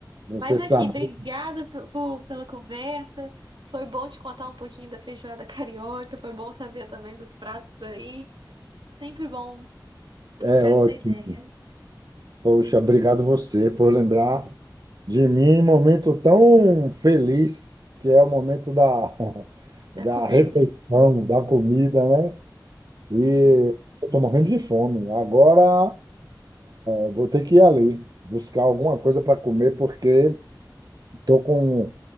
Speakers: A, on the right (about 60°); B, on the right (about 85°).
A: Você
B: Mas
A: sabe,
B: aqui, obrigada pe- fo- pela conversa. Foi bom te contar um pouquinho da feijoada <laughs> carioca, foi bom saber também dos pratos aí. Sempre bom trocar
A: é ótimo.
B: essa ideia
A: Poxa, obrigado você por lembrar de mim em um momento tão feliz, que é o momento da, <laughs>
B: da
A: da
B: comida.
A: refeição, da comida, né? E
B: É.
A: eu tô morrendo de fome. Agora, eh, vou ter que ir ali buscar alguma coisa para comer, porque tô com